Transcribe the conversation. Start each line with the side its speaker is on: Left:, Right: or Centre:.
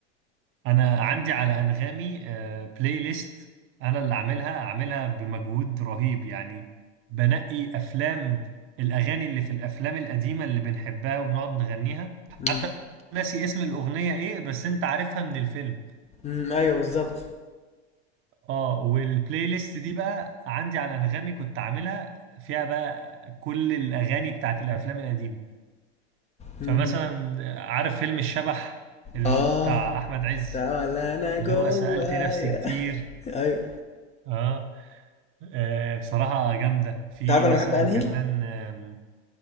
Right: انا عندي على انغامي آه، بلاي ليست انا اللي عاملها عاملها بمجهود رهيب يعني بنقي افلام الاغاني اللي في الافلام القديمه اللي بنحبها وبنقعد نغنيها
Left: امم
Right: حتى ناسي اسم الاغنيه ايه بس انت عارفها من الفيلم
Left: أمم، ايوه بالظبط
Right: اه والبلاي ليست دي بقى عندي على انغامي كنت عاملها فيها بقى كل الاغاني بتاعت الافلام القديمه
Left: أمم.
Right: فمثلا آه، عارف فيلم الشبح اللي
Left: اه
Right: هو بتاع احمد عز
Left: ده ولا انا جوايا
Right: اللي هو سألت نفسي كتير
Left: <laughs> ايوه
Right: اه آه، بصراحة جامدة في
Left: تعرف
Right: مثلا
Left: انا بحب انهي
Right: كمان آم،